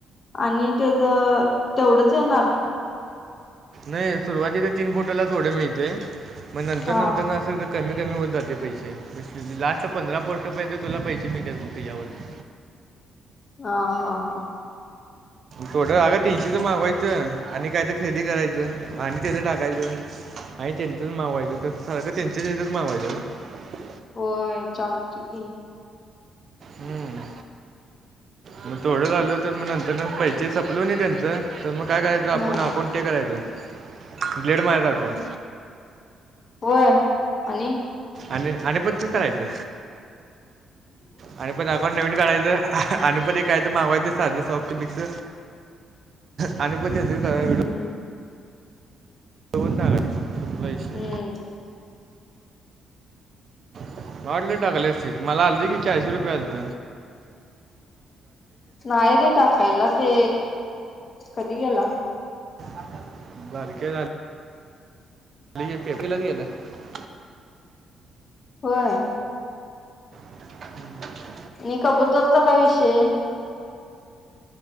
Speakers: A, on the left; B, on the right.
A: आणि तेच तेवढंच येणार.
B: नई सुरुवातीच्या तीन फोटोला थोड मिळतय मग नंतर
A: हा
B: नंतरन अस कमी कमी होत जाते पैसे, <unintelligible> लास्ट पंधरा पोस्टपर्यंत तुला पैसे मिळत्यात बग तेज्यावरन
A: हा हा हा.
B: टोटल अगं तीनशेच मागवायचं आणि काय त खरेदी करायचं आणि त्याचं टाकायचं. नाही त्यांचच मागवायचं त सारखं त्यांच्या <unintelligible> मागवायचं ग
A: होय चालते की
B: हम्म. मग थोडं झालो तर मग नंतरन पैसे संपलो कनई तेंच, तर मग काय करायचं आपण
A: हा
B: अकाउंट ते करायचं. ब्लेड मायचा अकाऊंट
A: वय आणि
B: आणि आणि <unintelligible> काढायचं आणि परत अकाउंट नवीन काढायचं. आणि <unintelligible> काय तर मागवायच साधं सॉपत बिक्स आणि <unintelligible>
A: हम्म
B: <unintelligible> सपला विषय
A: हम्म
B: मला वाटलं टाकाल असशील, मला आलते कि चाळशे रुपये आलत
A: नाई रे टाकायला, ते कधी गेला?
B: <unintelligible> बारक्या झा <unintelligible>
A: होय.
B: हम्म
A: आणि कबूतरचा काय विषय